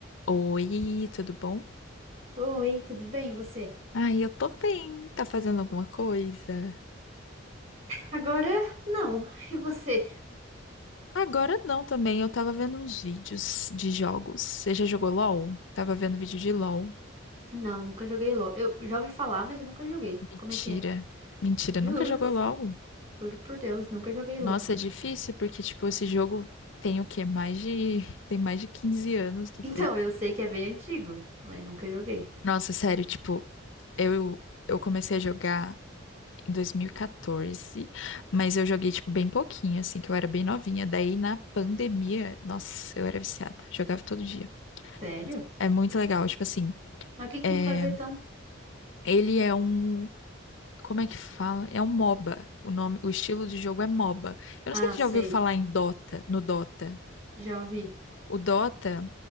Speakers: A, on the left (about 65°); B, on the right (about 30°).
A: Oi, tudo bom?
B: Oi, tudo bem, e você?
A: Ai, eu tô bem. Tá fazendo alguma coisa?
B: Agora, não. E você?
A: Agora não também. Eu tava vendo uns vídeos de jogos. Você já jogou LOL? Tava vendo vídeo de LOL.
B: Não, nunca joguei LOL. Eu já ouvi falar, mas eu nunca joguei.
A: Mentira.
B: Como é que é?
A: Mentira,
B: Juro,
A: nunca jogou LOL?
B: juro por Deus, nunca joguei LOL.
A: Nossa, é
B: <laughs>
A: difícil porque, tipo, esse jogo tem o quê? Mais de... Tem mais de 15 anos que
B: Então,
A: ter.
B: eu sei que é bem antigo, mas nunca joguei.
A: Nossa, sério, tipo, eu, eu comecei a jogar. em 2014, mas eu joguei, tipo, bem pouquinho, assim, que eu era bem novinha. Daí, na pandemia, nossa, eu era viciada, jogava todo dia.
B: Sério?
A: É muito legal, tipo assim,
B: Mas o que que
A: é,
B: tem que fazer tanto?
A: ele é um, como é que fala? É um MOBA, o nome, o estilo de jogo é MOBA. Eu não
B: Ah,
A: sei se
B: sei.
A: já ouviu falar em Dota, no Dota.
B: Já ouvi.
A: O Dota